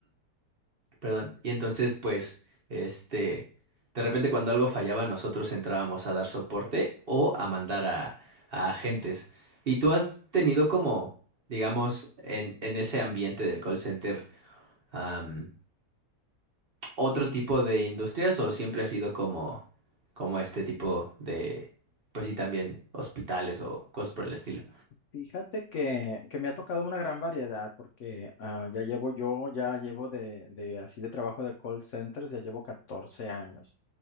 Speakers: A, on the right (about 40°); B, on the left (about 70°).
A: perdón. Y entonces, pues, este, de repente cuando algo fallaba, nosotros entrábamos a dar soporte o a mandar a, a agentes. ¿Y tú has tenido como, digamos, en, en ese ambiente del call center, am, otro tipo de industrias o siempre ha sido como, como este tipo de, pues sí, también hospitales o cosas por el estilo?
B: Fíjate que, que me ha tocado una gran variedad, porque ah, ya llevo yo, ya llevo de, de así de trabajo de call centers, ya llevo 14 años.